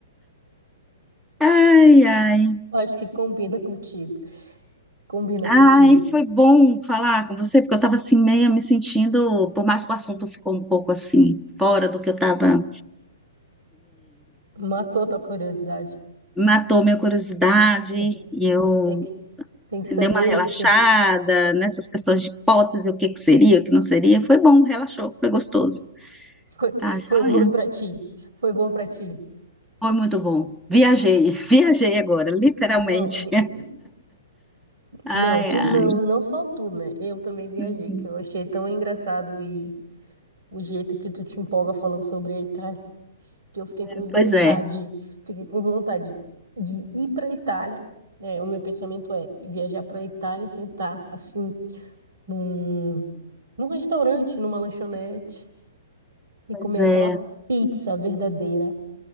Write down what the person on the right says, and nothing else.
Eu acho que combina contigo. Combina
contigo.
Matou tua curiosidade.
Tá,
Tem que, tem
que saber
se
foi,
foi bom pra ti. Foi bom pra ti.
Não, eu vi-
não, tu
não, não só tu, né? Eu também viajei,
que eu achei tão engraçado e o jeito que tu te empolga falando sobre a Itália, que eu fiquei
com vontade,
fiquei com vontade de ir pra Itália. É, o meu pensamento é viajar pra Itália, sentar assim num num restaurante, numa lanchonete, e
comer
aquela pizza verdadeira,